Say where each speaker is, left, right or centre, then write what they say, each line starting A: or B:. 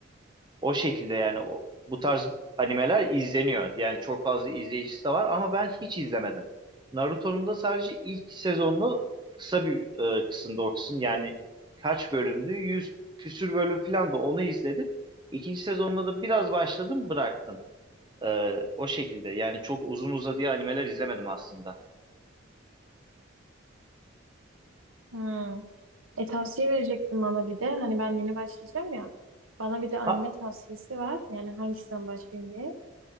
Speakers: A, on the right; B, on the right.
A: o şekilde yani o, bu tarz animeler izleniyor. Yani çok fazla izleyicisi de var ama ben hiç izlemedim. Naruto'nun da sadece ilk sezonunu kısa bir e, kısımda o kısım yani kaç bölümdü? Yüz küsür bölüm falan da onu izledim. İkinci sezonuna da biraz başladım bıraktım. E, o şekilde yani çok uzun uzadıya animeler izlemedim aslında.
B: Hmm. E tavsiye verecektim bana bir de. Hani ben yeni başlayacağım ya. Bana bir de anime
A: Ha,
B: tavsiyesi var. Yani hangisinden başlayayım diye.